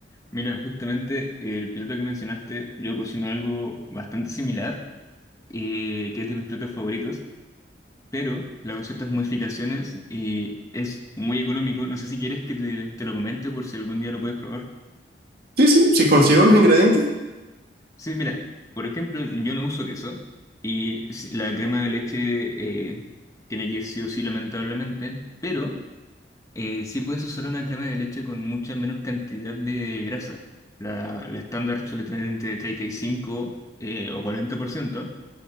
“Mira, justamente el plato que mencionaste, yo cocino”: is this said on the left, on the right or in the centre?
Left